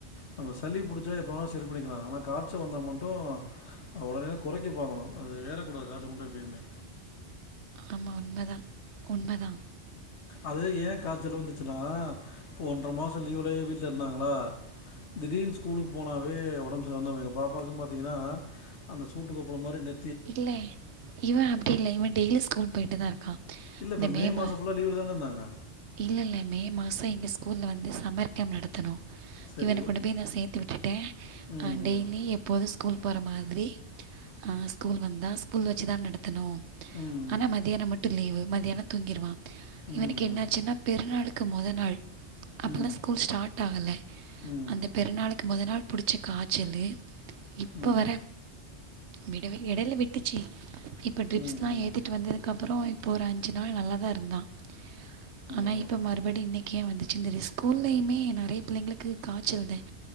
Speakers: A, on the left; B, on the right.
A: நம்ம சளி புடிச்சா எப்போ வேணும் சரி பிடிக்கலாம் ஆனா காச்ச வந்தா மட்டும் உடனேனே குறைக்க பாக்கணும் அது ஏரக்கூடாது காய்ச்ச மட்டும் எப்பையுமே
B: ஆமா உண்மதா உண்மதா
A: அது ஏன் காய்ச்சல் வந்துச்சுன்னா இப்ப ஒன்றரை மாசம் லீவ்லயே வீட்ல இருந்தாங்கள திடீர்னு ஸ்கூலுக்கு போனவே உடம்பு சரியில்லாமதா போயிரும் எங்க பாப்பாக்கும் பாத்தீங்கன்னா அந்த சூட்டு கொப்பளம் மாரி நெ
B: இல்லை இவன் அப்டி இல்லை இவன் டெய்லி ஸ்கூல் போயிட்டு தான் இருக்கான்
A: இல்ல
B: இந்த
A: இப்ப
B: மே மா
A: மாசம் ஃபுல்லா லீவ்ல தான இருந்தாங்க.
B: இல்ல இல்ல மே மாசம் இங்க கூல்ல வந்து சம்மர் கேம்ப் நடத்தணும்
A: சரி.
B: இவன கொண்டு போய் நான் சேர்த்து விட்டுட்டேன்
A: ம்,
B: அ
A: ம்.
B: டெய்லி எப்போதும் ஸ்கூல் போற மாதிரி அஹ் ஸ்கூல் வந்தா ஸ்கூல் வச்சு தான் நட த்தனும்
A: ம்,
B: ஆனா
A: ம்.
B: மதியானம் மட்டும் லீவு மதியானம் தூங்கிறுவான்
A: ம்,
B: இவனுக்கு
A: ம்.
B: என்னாச்சின்னா பெருநாளு க்கு மொதல் நாள் அப்பல்லாம்
A: ம்,
B: ஸ்கூல் ஸ்டார்ட் ஆகல
A: ம்.
B: அந்த
A: ம்,
B: பெருநாளை க்கு மொதல் நாள் பிடிச்ச காய்ச்சல் இப்ப
A: ம்.
B: வர வி டவே இடைல விட்டுச்சு இப்போ ட்ரிப்ஸ்லாம்
A: ம், ம்.
B: ஏத்திட்டு வந்ததுக்கப்புறம் இப்போ ஒரு அஞ்சு நாள் நல்லா தான் இருந்தான் ஆனா
A: ம்.
B: இப்ப மறுபடி இன்னை க்கு வந்துச்சு தெரி ஸ்கூல்லயுமே நறைய பிள்ளைங்களுக்கு காய்ச்சல் தன்